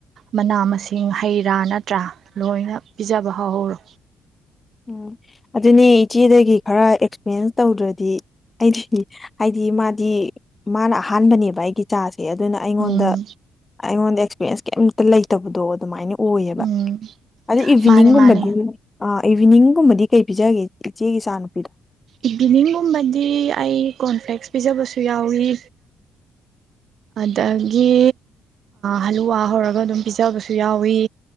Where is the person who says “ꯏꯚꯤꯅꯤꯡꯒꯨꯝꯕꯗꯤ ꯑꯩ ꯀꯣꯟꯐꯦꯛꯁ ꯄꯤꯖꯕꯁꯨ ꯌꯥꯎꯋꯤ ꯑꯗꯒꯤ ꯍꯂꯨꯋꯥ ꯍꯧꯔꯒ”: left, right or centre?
Right